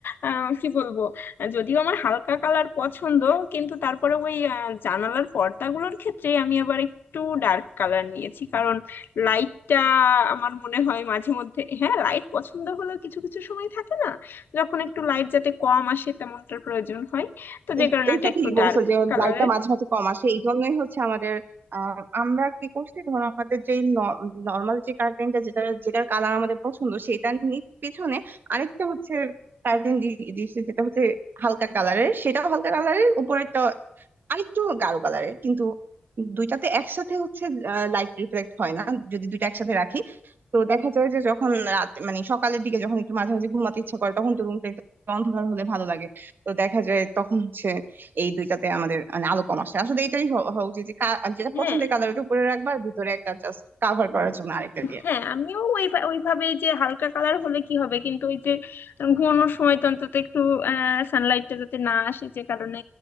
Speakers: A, on the left; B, on the right.
A: আহ, কি বলবো আহ, যদিও আমার হালকা কালার পছন্দ কিন্তু তারপরে ওই আহ, জানালার পর্দাগুলোর ক্ষেত্রে আমি আবার একটু ডার্ক কালার নিয়েছি কারণ লাইটটা আমার মনে হয় মাঝে মধ্যে হ্যাঁ লাইট পছন্দ হলেও কিছু কিছু সময় থাকে না যখন একটু লাইট যাতে কম আসে তেমনটার প্রয়োজন হয় তো যে
B: এই-
A: কারণে
B: এইটা
A: ওটা একটু
B: ঠিক
A: ডার্ক
B: বলছো যে
A: কালারের
B: লাইটটা মাঝে মাঝে কম আসে এই জন্যই হচ্ছে আমাদের আহ, আমরা কি করছি ধরো আমাদের যে নর্মাল যে কার্টেনটা যেটা যেটার কালার আমাদের পছন্দ সেটার নি- পিছনে আরেকটা হচ্ছে কার্টেন দিয়েছে যেটা হচ্ছে হালকা কালারের সেটাও হালকা কালারের উপরেরটা আরেকটু গাঢ় কালারের কিন্তু দুইটাতে একসাথে হচ্ছে লাইট রিফ্লেক্ট হয় না যদি দুইটা একসাথে রাখি তো দেখা যায় যে যখন রাত মানে সকালের দিকে যখন একটু মাঝে মাঝে ঘুমাতে ইচ্ছা করে তখন তো রুমটা একটু অন্ধকার হলে ভালো লাগে তো দেখা যায় তখন হচ্ছে এই দুইটাতে আমাদের মানে আলো কম আসে আসলে এটাই হ- হওয়া উচিত যে কা- যেটা
A: হ্যাঁ
B: পছন্দের কালার ওটা উপরে রাখবা আর ভিতরে একটা জাস্ট কাভার করার জন্য আরেকটা দিয়ে
A: হ্যাঁ আমিও ওই ওইভাবে যে হালকা কালার হলে কি হবে কিন্তু ওই যে ঘুমানোর সময় তো অন্তত একটু আহ সানলাইটটা যাতে না আসে যে কারণে